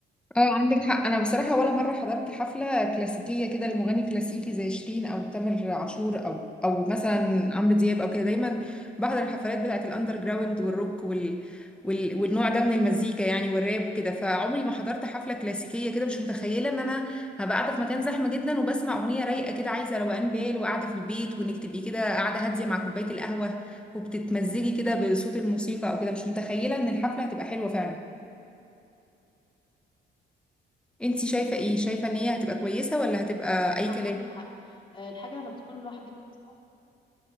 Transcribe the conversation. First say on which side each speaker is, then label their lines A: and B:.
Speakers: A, in the centre; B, on the left.
A: اه عندك حق انا بصراحه ولا مره حضرت حفله كلاسيكيه كده لمغني كلاسيكي زي شيرين او تامر عاشور او او مثلا عمرو دياب او كده دايما بحضر الحفلات بتاعه الاندر جراوند والروك وال وال والنوع ده من المزيكا يعني والراب وكده فعمري ما حضرت حفله كلاسيكيه كده مش متخيله ان انا هبقى قاعده في مكان زحمه جدا وبسمع اغنيه رايقه كده عايزه روقان بال وقاعده في البيت وانك تبقي كده قاعده هاديه مع كوبايه القهوه وبتتمزجي كده بصوت الموسيقى او كده مش متخيله ان الحفله هتبقى حلوه فعلا انتي شايفة ايه شايفة ان هي هتبقى كويسة ولا هتبقى اي
B: صح
A: كلام
B: عندك حق آه، الحاجة لما بتكون لوحدك أصلا